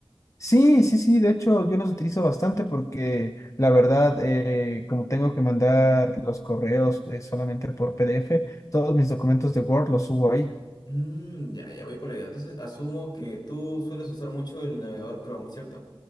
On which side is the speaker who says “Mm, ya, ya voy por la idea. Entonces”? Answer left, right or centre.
Left